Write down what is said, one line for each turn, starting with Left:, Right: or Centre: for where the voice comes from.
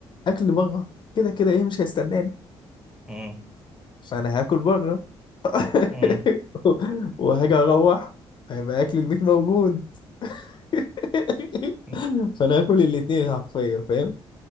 Left: أكل بره كده كده إيه مش هيستناني
Centre: مم.
Left: فانا هاكل بره <laughs>
Centre: مم.
Left: وهاجي اروح هيبقى اكل البيت موجود <laughs>
Centre: <laughs>
Left: فانا هاكل الاتنين حرفيا فاهم